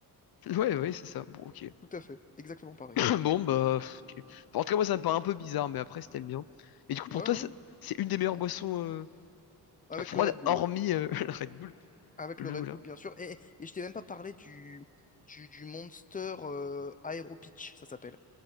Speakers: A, on the left; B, on the left.
A: Ouais, ouais, c'est ça. Bon, ok.
B: Tout à fait, exactement pareil.
A: <clears throat> Bon, bah, ok. Enfin, En tout cas, moi, ça me paraît un peu bizarre, mais après, si t'aimes bien. Mais du coup, pour
B: Ouais,
A: toi,
B: ouais,
A: ça- c'est une des meilleures
B: ouais.
A: boissons euh,
B: Avec
A: froides,
B: le Red Bull,
A: hormis
B: ouais.
A: euh, <laughs> la Red Bull.
B: Avec
A: Le
B: le Red
A: là.
B: Bull, bien sûr. Et, et je t'ai même pas parlé du, du, du Monster euh, Aero Peach, ça s'appelle.